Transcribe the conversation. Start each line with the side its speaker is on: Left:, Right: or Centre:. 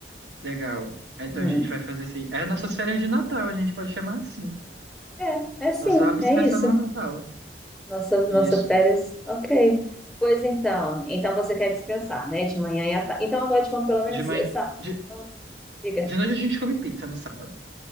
Right: legal. Então
Centre: Uhum.
Right: a gente vai fazer assim. É nossas férias de Natal, a gente pode chamar assim.
Centre: É, é sim,
Right: Nosso ápice
Centre: é isso.
Right: vai ser no Natal.
Centre: Nossa, nossa
Right: Isso.
Centre: férias, ok. Pois então, então você quer descansar, né? De manhã e à tarde. Então à noite vamos pelo menos.
Right: De manhã.
Centre: Essa...
Right: De,
Centre: Vamos... Diga.
Right: de noite a gente come pizza no sábado.